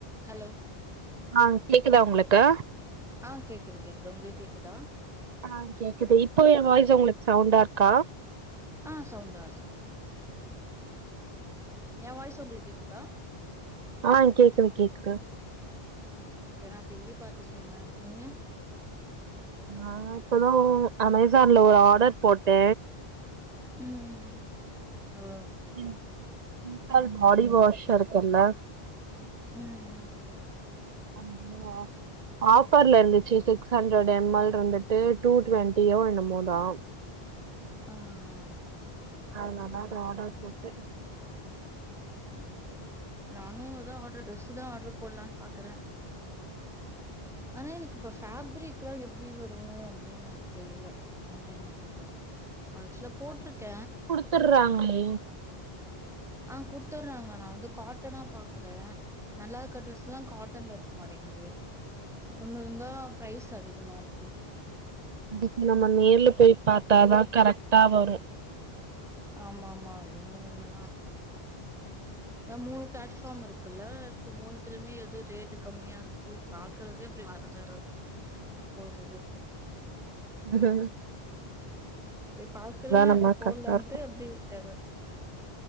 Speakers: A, in the centre; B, on the right.
A: Hello
B: ஆ கேக்குதா உங்ளுக்கு
A: ஆ கேக்குது கேக்குது உங்களுக் கேக்குதா
B: ஆ கேக்குது இப்போ எ வாய்ஸ் உங்களுக்கு சவுண்டா இருக்கா
A: ஆ சவுண்டா இருக்கு என் வாய்ஸ் உங்களுக்கு கேக்குதா
B: ஆ கேக்குது கேக்குது
A: ஆ ஏ நா டி வி பாத்துட்டு இருந்த நீங்க
B: நா இப்பதா அமேசான்ல ஒரு ஆர்டர் போட்ட
A: ம் ம்
B: ம் சிந்தால் பாடி வாஷ் இருக்குல்ல
A: ம்
B: அம்மா ஆஃபர்ல இருந்திச்சு சிக்ஸ் ஹண்ட்ரட் எம் எல் இருந்துட்டு ட்டூ டுவெண்ட்டியோ என்னமோதா
A: ஆ ஓகே ஓகே
B: அதனால
A: ம்
B: அத ஆடர் போட்டு
A: ஓக்கே ஓகே நானு ஏதா ஆரடர் ட்ரெஸ் தா ஆர்டர் போடலான் பாக்குற ஆனா எனக்கு இப்ப ஃபேப்ரிக்லா எப்டி வரு அப்டின் எனக்கு தெரியல ஆன்லைன்ல போட்டா ஃபால்ஸ்ல போட்ருக்க
B: கூப்புட்றாங்களே
A: ஆ குடுத்துறாங்க நா வந்து காட்டனா பாக்குற நல்லா இருக்க ட்ரஸ்ல்லா காட்டன்ல இருக்க மாட்டேங்குது ஒன்னு இருந்தா ப்ரைஸ் அதிகமாருக்கு
B: அதுக்கு நம்ம நேர்ல பொய் பாத்தாதா கரக்டா வரு
A: ஆம்மாமா அதுவு ஒன்னுதா எ மூணு ப்ளாட்ஃப்பாம் இருக்கு க்குல்ல அதுக்கு மூணுத்லிய்மே எது ரேட்டு கம்மியா இருக்கு பாக்குறத்லே அப்டி மறந்துறு போட்றதே
B: ம்
A: ஏ பாக்குற
B: நம்ம
A: போட்லான்ட்டு
B: கரெக்டா இருக்கு
A: அப்டே விட்டற்ற